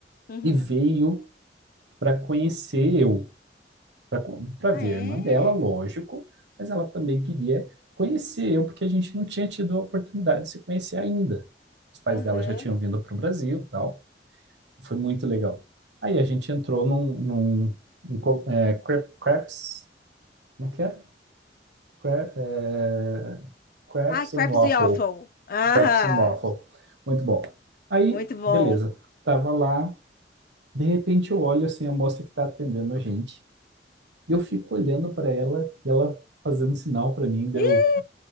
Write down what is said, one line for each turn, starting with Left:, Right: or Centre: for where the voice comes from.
Left: Uhum.
Right: e veio para conhecer eu, para ver
Left: Ah, é?
Right: a irmã dela, lógico, mas ela também queria conhecer eu, porque a gente não tinha tido a oportunidade de se conhecer ainda. Os pais
Left: Aham.
Right: dela já tinham vindo para o Brasil e tal. Foi muito legal. Aí a gente entrou num, num, num co- é, crep- crepes, como é que é? Cra- é, crepes
Left: Ah, crepes
Right: and waffle.
Left: e waffle. Ah,
Right: Crepes and waffle. Muito bom. Aí,
Left: muito bom.
Right: beleza. Tava lá. De repente eu olho assim a moça que tá atendendo a gente. E eu fico olhando pra ela e ela fazendo sinal pra mim. Daí
Left: Ih,
Right: eu